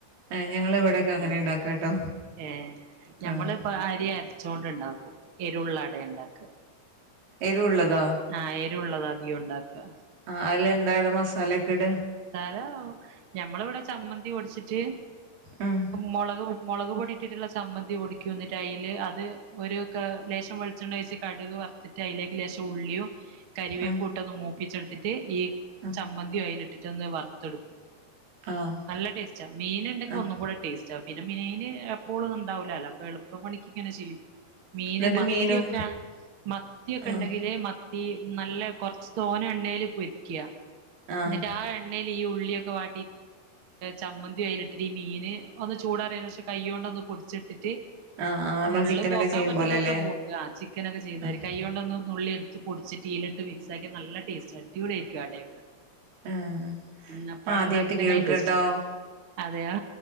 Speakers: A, on the right; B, on the right.
A: ആഹ് ഞങ്ങള് ഇവിടെക്കെ അങ്ങനെ
B: ആ
A: ഇണ്ടാക്കാട്ടോ
B: ഏ ഞമ്മളിപ്പോ
A: ആഹ്
B: അരി അരച്ചൊണ്ട് ഇണ്ടാക്കും. എരുള്ള അടെ ഇണ്ടാക്കുക.
A: എരുള്ളതോ?
B: ആഹ് എരു ഉള്ളത അധികവും ഉണ്ടാക്കുക.
A: ആ അതിലെന്തായിട മസാല ഒക്കെ ഇട.
B: ല ഞമ്മള ഇവിടെ ചമ്മന്തി പൊടിച്ചിട്ട്
A: ഉം
B: മുളക്. മുളക് പൊടി ഇട്ടിട്ട്ള്ള ചമ്മന്തി പൊടിക്കും എന്നിട്ടയ്ല് അത് ഒരു കെ ലേശം വെൾ വെളിച്ചെണ്ണ ഒഴിച്ച് കടുക് വറ്ത്തിട്ട് അയിലേക് ലേശം ഉള്ളിയും കരിവേപു
A: ഉം
B: ഇട്ടൊ ഒന്ന് മൂപ്പിച്ചെ ന്നിട്ട് ഈ
A: ആഹ്
B: ചമ്മന്തി അയ്ലിട്ടിട്ട് ഒന്ന് വറുത്തെടുകും.
A: ആഹ്
B: നല്ല ടേസ്റ്റ മീൻ ഉണ്ടെങ്കി
A: ആഹ്
B: ഒന്നും കൂടെ ടേസ്റ്റ പിന്നെ മീന് എപ്പോഴും ഒന്നു ഉണ്ടാവൂലാല്ലോ അപ്പഎൾപ്പ പണിക്ക്. ങ്ങനെ ചെയ്യും മീന്
A: എന്നിട്ട്
B: മത്തിയൊക്കെ
A: മീനും
B: മത്തിയൊക്കെ
A: ആഹ്
B: ഉണ്ടെങ്കി മത്തി നല്ല കൊറച്ച് തോനെ എണ്ണേല് പൊരിക്ക.
A: ആഹ്
B: ന്ന്ട്ട് ആ എണ്ണേല് ഈ ഉള്ളിയൊക്കെ വാ ചമ്മന്തി അയില് ഇട്ടിട്ട് മീന് ഒന്ന് ചൂടാറിയന്ന്ശേഷം കൈയോണ്ടൊന്ന് പൊടിച്ച് എടുത്തിട്ട്.
A: ആഹ് ആഹ് നമ്മള്
B: മുള്ള്
A: ചിക്കനൊക്കെ
B: പോക്കാൻ
A: ചെയ്യും
B: പറ്റുന്ന
A: പോലെല്ലേ
B: അത്ര പോക്കാ ചിക്കനൊക്കെ ചെയ്യ്ന്നാരി
A: ആഹ്
B: കയ്യൊണ്ടോന്ന്. നുള്ളി എടുത്ത് പൊടിച്ചിട്ട് യിലിട്ട് മിക്സ് ആക്കി നല്ല ടേസ്റ്റ് അടിപൊളി ആയിരിക്കും അടയൊക്കെ.
A: ആഹ്
B: ഉം അപ്പാട്
A: ആദ്യായിട്ട്
B: ഉണ്ടാക്കുന്നെക്കായി
A: കേൾക്കാട്ടോ
B: ടേസ്റ്റ് അതെയോ